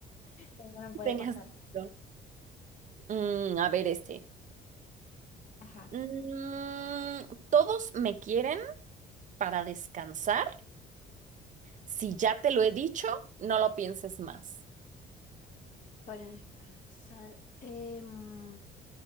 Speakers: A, on the left; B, on the right.
A: Eso no puede
B: tenías
A: pasar.
B: sentido. Mm, a ver este.
A: Ajá.
B: Mm, todos me quieren para descansar. Si ya te lo he dicho, no lo pienses más.
A: Para descansar. em,